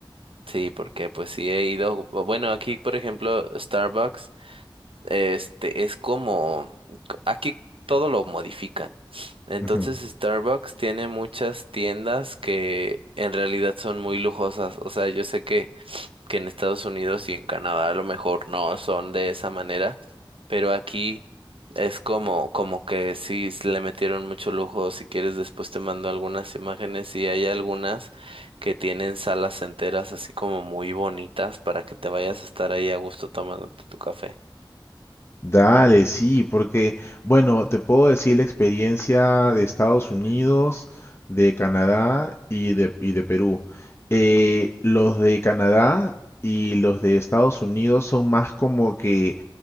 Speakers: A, on the right; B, on the left.
A: Sí, porque pues sí he ido, bu- bueno, aquí por ejemplo, Starbucks. Este es como aquí todo lo modifican. Entonces
B: Ujú.
A: Starbucks tiene muchas tiendas que en realidad son muy lujosas. O sea, yo sé que, que en Estados Unidos y en Canadá a lo mejor no son de esa manera, pero aquí es como, como que sí s- le metieron mucho lujo. Si quieres, después te mando algunas imágenes y hay algunas que tienen salas enteras así como muy bonitas para que te vayas a estar ahí a gusto tomándote tu café.
B: Dale, sí, porque, bueno, te puedo decir la experiencia de Estados Unidos, de Canadá y de, y de Perú. Eh, los de Canadá y los de Estados Unidos son más como que